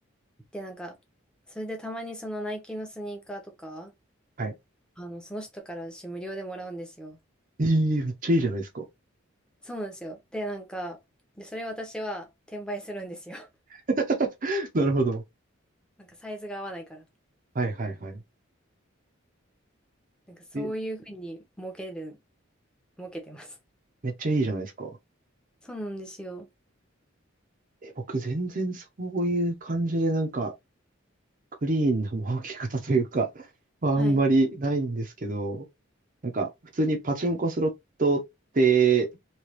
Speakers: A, in the centre; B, on the right.
A: で、なんか、それでたまにそのナイキのスニーカーとか、
B: はい。
A: あの、その人から私無料でもらうんですよ。
B: えー、めっちゃいいじゃないですか。
A: そうなんですよ。で、なんか、で、それ私は転売するんですよ。<laughs>
B: <laughs> なるほど。
A: なんかサイズが合わないから。
B: はいはいはい。
A: なんかそういうふうに儲ける、
B: え、
A: 儲けてます。
B: めっちゃいいじゃないですか。
A: そうなんですよ。
B: え、僕全然そういう感じでなんかクリーンな儲け方というか <laughs> はあんまりないんですけど、
A: はい。
B: なんか普通にパチンコスロットって、